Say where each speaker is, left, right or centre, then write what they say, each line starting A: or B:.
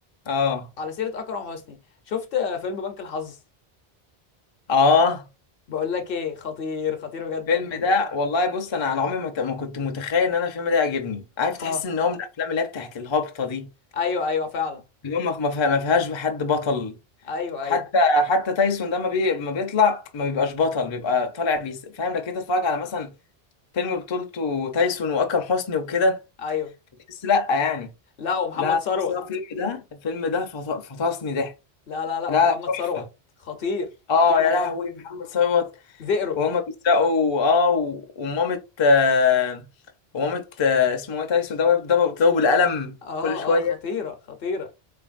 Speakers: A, on the left; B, on the left.
A: اه
B: على سيره اكرم حسني شفت آه، فيلم بنك الحظ
A: اه
B: بقول لك ايه خطير خطير بجد
A: الفيلم
B: من
A: ده والله بص انا انا عمري ما ت- ما كنت متخيل ان انا الفيلم ده يعجبني عارف تحس
B: اه
A: ان هو من الافلام اللي هي بتاعت الهابطه دي
B: ايوه ايوه فعلا
A: اللي هو ما ما فيها- ما فيهاش حد بطل
B: ايوه
A: حتى
B: ايوه
A: حتى تايسون ده ما, بي... ما بيطلع ما بيبقاش بطل بيبقى طالع بيس فاهم لكن انت تتفرج على مثلا فيلم بطولته تايسون واكرم حسني وكده
B: ايوه
A: تحس لا يعني
B: لا ومحمد
A: لا
B: ثروت
A: بس هو الفيلم ده الفيلم ده فط... فطسني ضحك
B: لا لا لا
A: لا
B: ومحمد
A: لا تحفه
B: ثروت خطير خطير
A: اه يا
B: بجد
A: لهوي محمد ثروت
B: زئرو
A: وهما بيسرقوا اه و... ومامة آه... ومامة آه... اسمه ايه تايسون ده وهي بتضربه بتضربه بالقلم
B: اه
A: كل شويه
B: اه خطيره خطيره